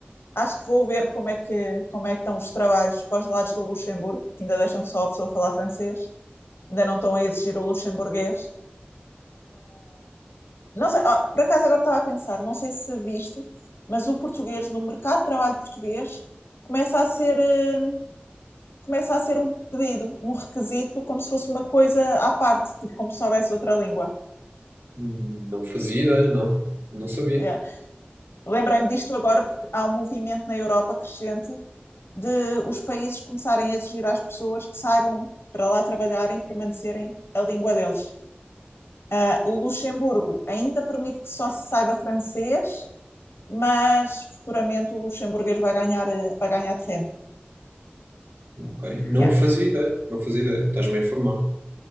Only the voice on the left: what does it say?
Acho que vou ver como é que, como é que estão os trabalhos para os lados do Luxemburgo, que ainda deixam só a pessoa falar francês, ainda não estão a exigir o luxemburguês. Não sei, ah, por acaso agora estava a pensar, não sei se viste, mas o português, no mercado de trabalho português, começa a ser, eh, começa a ser um pedido, um requisito, como se fosse uma coisa à parte, tipo, como se soubesse outra língua.
Yeah. Lembrei-me disto agora porque há um movimento na Europa crescente de os países começarem a exigir às pessoas que saibam para lá trabalharem e permanecerem a língua deles. Uh, o Luxemburgo ainda permite que só se saiba francês, mas futuramente o luxemburguês vai ganhar, eh, vai ganhar terreno.
Yeah,